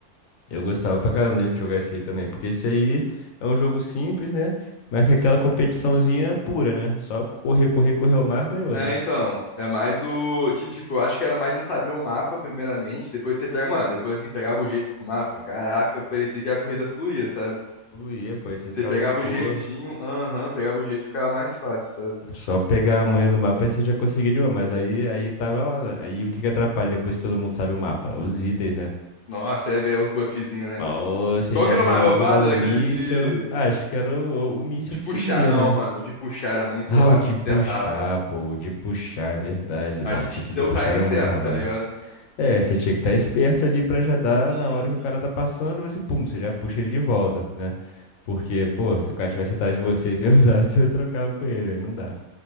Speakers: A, on the left (about 90°); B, on the left (about 60°).
A: Eu gostava pra caramba da gente jogar esse aí também. Porque esse aí é um jogo simples, né? Mas que é aquela competiçãozinha pura, né? Só correr, correr, correr o mar, ganhou,
B: é,
A: né?
B: então, é mais o, de, tipo, eu acho que era mais de saber o mapa, primeiramente, depois você pega, mano, depois que pegava o jeito com o mapa, caraca, parecia que a corrida fluía, sabe?
A: Fluía, pô, aí você
B: Você
A: ficava
B: pegava
A: de boa.
B: o jeitinho, aham, pegava o jeito, ficava mais fácil, sabe?
A: Só pegar a manha do mapa e você já conseguiu de uma, mas aí, aí tava lá. né? Aí o que que atrapalha depois que todo mundo sabe o mapa? Os itens, né?
B: Nossa, é, velho, os buffzinhos, né?
A: Pô, você
B: Qual
A: já
B: que era
A: vem
B: o mais
A: logo
B: roubado?
A: dar um
B: Era
A: míssil.
B: aquele que
A: Ah, acho que era o, o, o míssil
B: De puxar,
A: que seguia,
B: não,
A: né?
B: mano. De puxar era muito
A: Ah,
B: roubado,
A: o de
B: quando
A: puxar,
B: acertava.
A: pô, o de puxar, é verdade.
B: Mas
A: Nossa,
B: a gente tinha
A: esse
B: que ter
A: de
B: o
A: puxar
B: time
A: era
B: certo,
A: muito roubado.
B: tá ligado?
A: É, você tinha que estar esperto ali pra já dar
B: Uhum.
A: na hora que o cara tá passando, você, pum, você já puxa ele de volta, né? Porque, pô, se o cara tivesse atrás de você <laughs> e você usasse, <laughs> você trocava com ele, aí não dá.